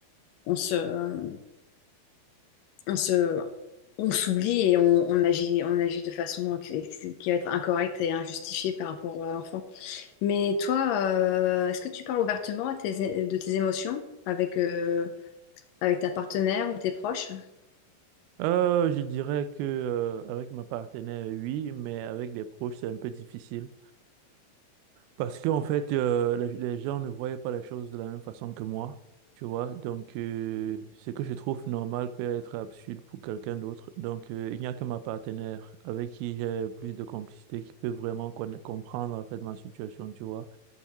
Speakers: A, on the left; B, on the right.
A: on se, euh, on se, on s'oublie et on, on agit, on agit de façon qui, qui va être incorrecte et injustifiée par rapport à l'enfant. Mais toi, euh, est-ce que tu parles ouvertement à tes- de tes émotions avec, euh, avec ta partenaire ou tes proches?
B: Euh, je dirais que euh, avec ma partenaire, oui, mais avec les proches, c'est un peu difficile. Parce qu'en fait, euh, les, les gens ne voyaient pas les choses de la même façon que moi, tu vois. Donc, euh, ce que je trouve normal peut être absurde pour quelqu'un d'autre. Donc, euh, il n'y a que ma partenaire avec qui j'ai plus de complicité, qui peut vraiment conna- comprendre en fait ma situation, tu vois.